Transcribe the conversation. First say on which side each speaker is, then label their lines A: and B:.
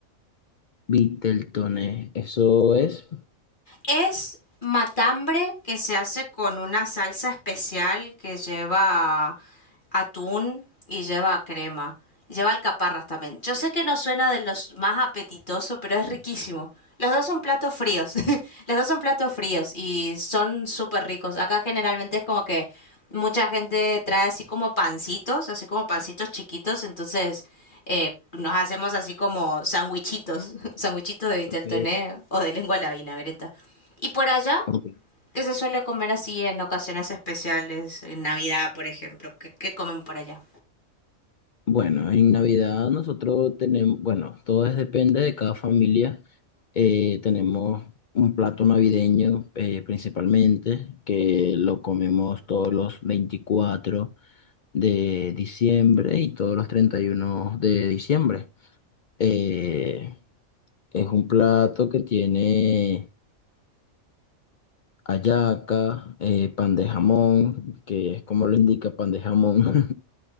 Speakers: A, on the left; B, on the left.
A: Viteltoné, eso es.
B: es matambre que se hace con una salsa especial que lleva atún y lleva crema. Lleva alcaparras también. Yo sé que no suena de los más apetitosos, pero es riquísimo. Los dos son platos fríos. <laughs> los dos son platos fríos y son súper ricos. Acá generalmente es como que mucha gente trae así como pancitos, así como pancitos chiquitos, entonces eh, nos hacemos así como sandwichitos, <laughs> sandwichitos de vitel
A: Ok,
B: toné o de lengua a la vinagreta. Y por allá,
A: ok.
B: ¿qué se suele comer así en ocasiones especiales? En Navidad, por ejemplo. ¿Qué, qué comen por allá?
A: Bueno, en Navidad nosotros tenemos, bueno, todo es- depende de cada familia. Eh, tenemos un plato navideño eh, principalmente, que lo comemos todos los 24 de diciembre y todos los 31 de diciembre. Eh, es un plato que tiene hallaca, eh, pan de jamón, que es como lo indica pan de jamón. <laughs>